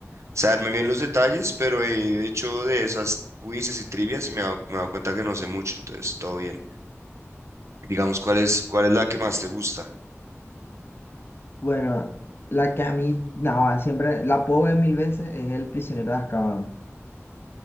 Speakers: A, on the right (about 65°); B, on the left (about 50°).
A: saberme bien los detalles, pero he hecho de esas quizzes y trivias y me he dado- me he dado cuenta que no sé mucho, entonces todo bien. Digamos, ¿cuál es, cuál es la que más te gusta?
B: Bueno, la que a mí, no, siempre la puedo ver mil veces es El prisionero de Azkaban.